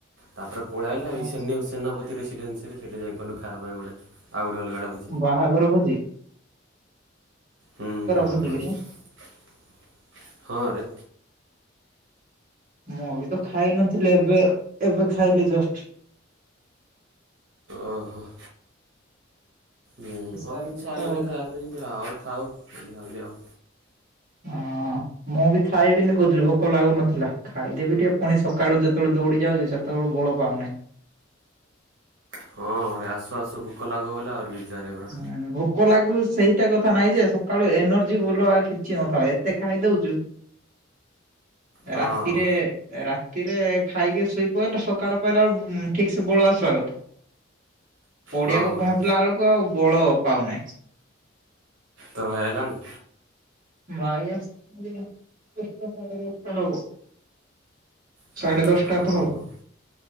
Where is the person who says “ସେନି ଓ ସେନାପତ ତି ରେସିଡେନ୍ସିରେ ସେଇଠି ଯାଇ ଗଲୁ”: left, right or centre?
Right